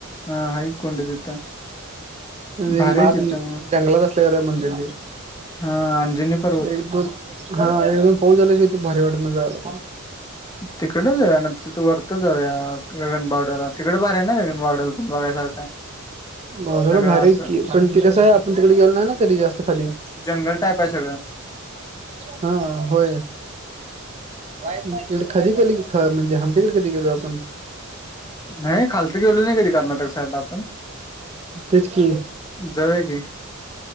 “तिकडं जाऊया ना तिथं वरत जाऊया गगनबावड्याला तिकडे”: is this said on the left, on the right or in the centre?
Left